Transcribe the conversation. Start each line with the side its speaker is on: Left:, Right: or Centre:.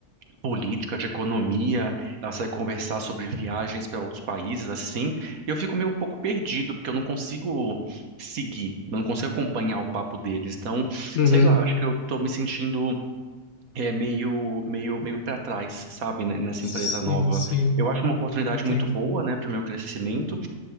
Right: política, de economia, ela vai conversar sobre viagens para outros países, assim, e eu fico meio pouco perdido, porque eu não consigo seguir, eu não consigo acompanhar o papo deles. Então,
Left: Uhum.
Right: sei lá, acho que eu tô me sentindo é, meio, meio, meio para trás, sabe, né, nessa
Left: Sim,
Right: empresa nova.
Left: sim.
Right: Eu acho uma oportunidade
Left: Entendo.
Right: muito boa, né, para o meu crescimento,